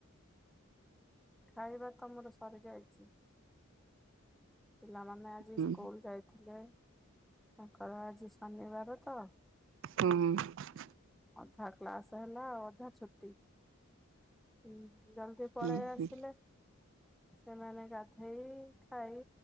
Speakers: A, in the centre; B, on the right.
A: ଖାଇବା ତୋମର ସରିଯାଇଚି? ପିଲାମାନେ ଆଜି
B: ହୁଁ
A: ସ୍କୁଲ୍ ଯାଇଥିଲେ। ତାଙ୍କର ଆଜି ଶନିବାର ତ
B: ହଁ, ହଁ।
A: ଥା କ୍ଲାସ୍ ହେଲା ଆଉ ଅଧା ଛୁଟି। ଉଁ, ଜଲଦି ପଳେଇ
B: ହୁଁ।
A: ଆସିଲେ। ସେମାନେ ଗାଧେଇ, ଖାଇ